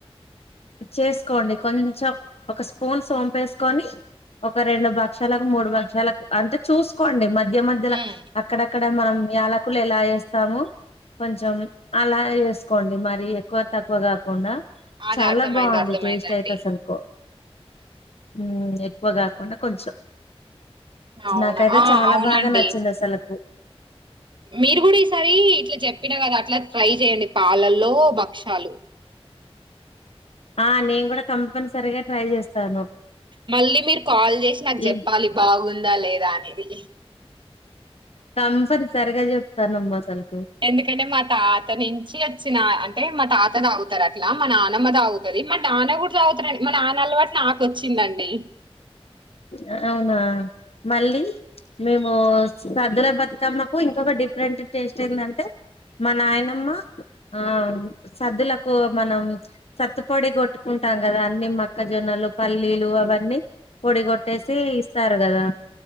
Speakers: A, on the left; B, on the right.
A: చేసుకోండి కొంచెం ఒక స్పూన్ సోంపేసుకొని ఒక రెండు పక్షాలకు మూడు పక్షాలకు అంటే చూసుకోండి మధ్య మధ్యలో
B: ఉమ్,
A: అక్కడక్కడ అడ మనం యాలకులు ఎలా చేస్తాము కొంచెం అలా వేసుకోండి మరి ఎక్కువ తక్కువ కాకుండా
B: అది
A: చాలా
B: అర్థమైంది
A: బాగుంది
B: అర్థమైందండి
A: టేస్ట్ అయితే అసలు కో మ్మ్ ఎక్కువగా కాకుండా కొంచెం
B: అవునా
A: నాకైతే
B: ఆ
A: చాలా
B: అవునండి
A: బాగా నచ్చింది అసలకు
B: మీరు కూడా ఈసారి ఇట్లా చెప్పినా కదా అట్లా ట్రై చేయండి పాలల్లో బాక్షాలు
A: ఆ నేను కూడా కంపనిసరిగా ట్రై చేస్తాను
B: మళ్ళీ మీరు కాల్ చేసి నాకు
A: ఈ
B: చెప్పాలి బాగుందా లేదా అనేది
A: కంపని సరిగా చెప్తా నమ్మ అసలు
B: ఎందుకంటే మా తాత నుంచి వచ్చిన అంటే మా తాత తాగుతారు అట్లా మా నానమ్మ తాగుతది మా నాన్న కూడా తాగుతారండి మా నాన్న అలవాటు నాకు తెచ్చిందండి
A: అ అవునా మళ్ళీ మేము సద్దుల బతుకమ్మకు ఇంకొక డిఫరెంట్ టేస్ట్ ఏందంటే మా నాయనమ్మ ఆ సద్దులకు మనం సత్తుపొడి కొట్టుకుం ఉంటాం కదా అన్ని మొక్కజొన్నలు పల్లీలు అవన్నీ పొడి కొట్టేసి ఇస్తారు కదా